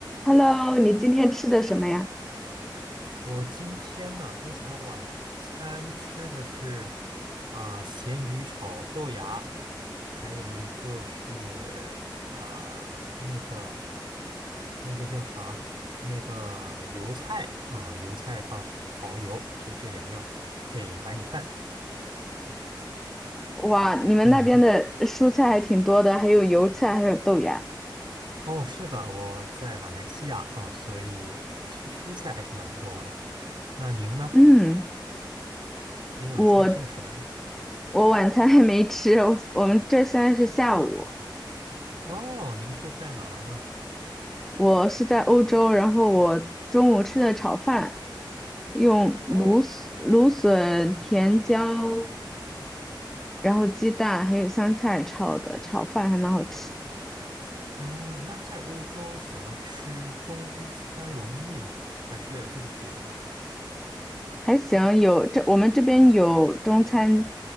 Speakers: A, in the centre; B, on the right.
A: Hello，你今天吃的什么呀？
B: 我今天呢，刚才晚餐吃的是啊、咸鱼炒豆芽，还有一个是啊、那个那个叫啥？那个油菜啊、油菜放蚝油，就这两样配白米饭。
A: 哇，你们那边的蔬菜还挺多的，
B: 那您
A: 还有油菜，还有豆芽。
B: 哦，是的，我在马来西亚啊、所以蔬蔬菜还是蛮多的。那您呢？
A: 嗯，
B: 您晚餐吃了什么呀？
A: 我我晚餐还没吃，我我们这现在是下午，
B: 哦，您是在哪儿呢？
A: 我是在欧洲，然后我中午吃的炒饭，用芦笋、
B: 哦，欧洲，
A: 芦笋、甜椒，然后鸡蛋还有香菜炒的，炒饭还蛮好吃。
B: 哦，那在欧洲想要吃中餐容易吗？还是自己煮的呀？
A: 还行，有这我们这边有中餐